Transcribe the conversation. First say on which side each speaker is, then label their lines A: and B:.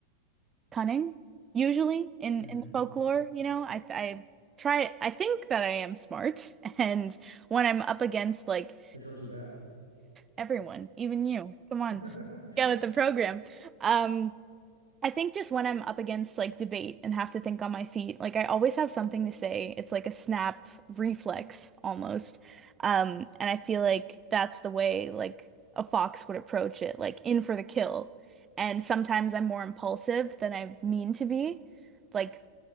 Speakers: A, on the right (about 20°); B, on the right (about 85°).
A: cunning, usually in
B: Mhm.
A: in folklore, you know, I I try I think that I am smart, <laughs> and when I'm up against like
B: Who told you that?
A: everyone, even you, come on,
B: <laughs>
A: get with the program. Um, I think just when I'm up against like debate and have to think on my feet, like I always have something to say. It's like a snap reflex almost. Um, and I feel like that's the way like a fox would approach it, like in for the kill. And sometimes I'm more impulsive than I mean to be. Like